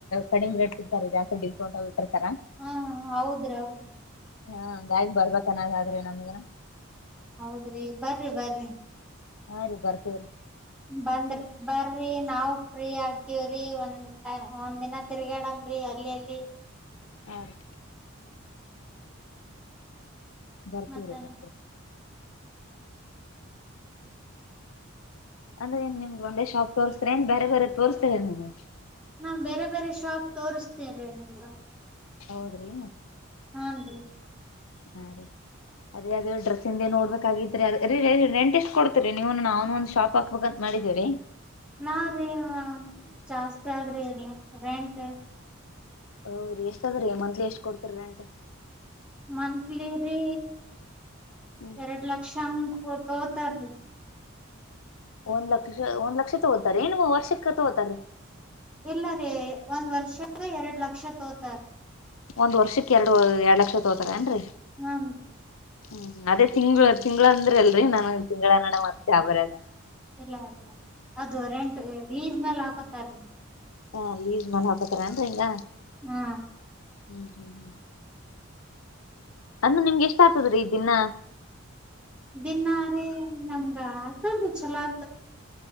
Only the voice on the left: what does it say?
ಕಡಿಮ್ ರೇಟ್ ಸಿಗ್ತಾರೆ ಜಾಸ್ತಿ ಡ್ಕೌಂಟ್ ಇಟ್ಟಿರ್ತರ
ಹಾ ಗಾಯಿಗೆ ಬರ್ಬೇಕನ್ನದಾದ್ರೆ ನಮಗನ
ಹಾ ರೀ ಬರ್ತೀವಿ್ರೀ
ಆ ಬರ್ಪೂರ
ಬರ್ಪೂರಿ ಅಂದ್ರೆನ್ ನಿಮಗೆ ಒಂದೇ ಶಾಪ್ ತೋರ್ಸ್ತರ ನ್ ಬೇ ಬರೆ ತೋರ್ಸ್ತಾರೆ ನಿಮಗೆ
ಹೌದ್ರಿ
ಹಾ ರೀ ಅದೇ ಅದ ಡ್ರೆಸ್ಸಿಂದ ಏ ನೋಡ್ಬೇಕಾಗಿದ್ರರಿ ಅ ರ ರೆಂಟ್ ಎಷ್ಟಟ್ ಕೊಡ್ತೀರಿ ನೀವುನು ನಾವವುನು ಒಂದ ಶಾಪ ಹೋಗಂತ ಮಾಡಿದ್ದೀರಿ
ಹೌದ್ರಿ ಎಷ್ಟ ಅದ್ರ ರ ಮಂತ್ಲಿ ಎಷ್ಟ್ ಕೊಡ್ತರಿ ರೆಂಟ್
ಹ್ಮ್
ಒಂದ್ ಲಕ್ಷ ಒಂದ್ ಲಕ್ಷ ತಗೋತಾರೆ ಏನು ವರ್ಷಕ್ಕ ತಗೋತಾರೀ
ಒಂದ್ ವರ್ಷಕ್ಕೆ ಎರಡು ಎರಡ್ ಲಕ್ಷ ತಗೋತಾರ ಏನ್ರರಿ
ಹ್ಮ್ ಅದೇ ತಿಂಗಳ ತಿಂಗ್ಳ ಅಂದ್ರೆ ಅಲ್ರಿ ನಾನು ತಿಂಗಳನ್ನಡ ಮತ್ತ ಯ ಬರ ಅದ
ಹಾ ಲೀವ ಮ ಹಾಕೋಾರ ಅಂದ್ರ ಹಿಂಗ
ಹ್ಞೂ ಹ್ ಹ್ಞೂ ಅಂದ ನಿಮ್ಗೆಷ್ಟ ದಿನ ನಿಮಗೆ ಎಷ್ಟಾತಾತ್ರಿ ದಿನ